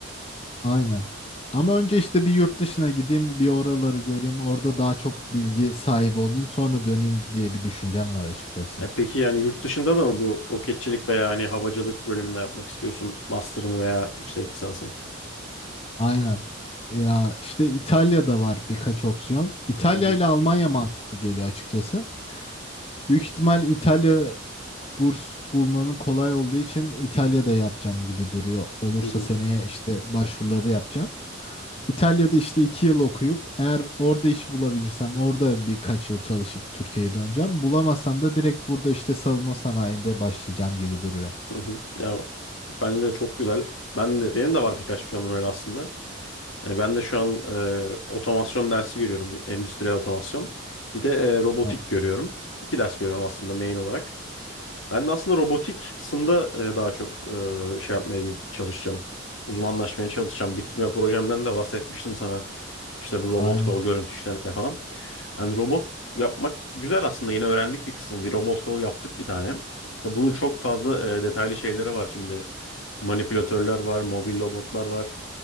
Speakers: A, on the left; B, on the left.
A: Aynen. Ama önce işte bir yurt dışına gideyim, bir oraları göreyim, orada daha çok bilgi sahibi olayım, sonra döneyim diye bir düşüncem var açıkçası.
B: Ya peki yani yurt dışında da mı bu roketçilik veya hani havacılık bölümünde yapmak istiyorsun master'ını veya yüksek lisansını?
A: Aynen. Ya işte İtalya'da var birkaç opsiyon. İtalya
B: Hı hı,
A: ile Almanya mantıklı geliyor açıkçası. Büyük ihtimal İtalya burs bulmanın kolay olduğu için İtalya'da yapacağım gibi duruyor. Olursa
B: hı hı.
A: seneye işte başvuruları yapacağım. İtalya'da işte iki yıl okuyup eğer orada iş bulabilirsem orada birkaç yıl çalışıp Türkiye'ye döneceğim. Bulamazsam da direkt burada işte savunma sanayinde başlayacağım gibi duruyor.
B: Hı hı. Ya ben de çok güzel. Ben de benim de var birkaç planım öyle aslında. Yani ben de şu an e, otomasyon dersi görüyorum, endüstriyel otomasyon. Bir de e, robotik
A: Evet.
B: görüyorum. İki ders görüyorum aslında main olarak. Ben de aslında robotik kısımda e, daha çok e, şey yapmaya çalışacağım. Uzmanlaşmaya çalışacağım. Bitirme projemden de bahsetmiştim sana. İşte bu robot
A: Aynen,
B: kol görüntü işleme falan. Yani robot yapmak güzel aslında. Yine öğrendik bir kısım. Bir robot kol yaptık bir tane. Tabii Bunun çok fazla e, detaylı şeyleri var şimdi. Manipülatörler var, mobil robotlar var.